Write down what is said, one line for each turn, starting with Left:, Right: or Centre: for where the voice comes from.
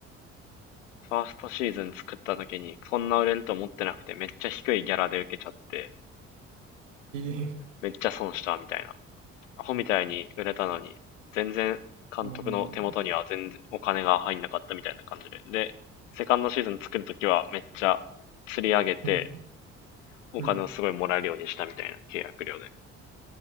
Left: ファーストシーズン作った時に、そんな売れると思ってなくて、めっちゃ低いギャラで受けちゃって、
Right: ええ
Left: めっちゃ損したみたいなアホみたいに売れたのに、全然監督の手元には全然お金が入んなかったみたいな感じで。
Right: うん。
Left: で、セカンドシーズン作るときはめっちゃ釣り上げて、
Right: うん。
Left: お金をすごいもらえるようにしたみたいな契約料で。
Right: うん。